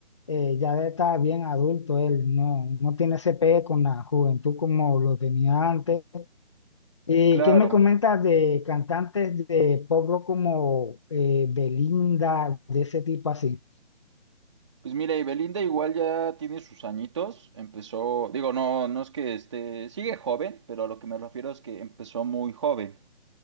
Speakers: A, on the left; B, on the right.
A: eh, ya está bien adulto él, no, no tiene ese pegue con la juventud como lo tenía antes. Eh,
B: Claro.
A: ¿qué me comentas de cantantes de pop rock como eh, Belinda, de ese tipo así?
B: Pues mira, y Belinda igual ya tiene sus añitos, empezó, digo, no, no es que este, sigue joven, pero a lo que me refiero es que empezó muy joven.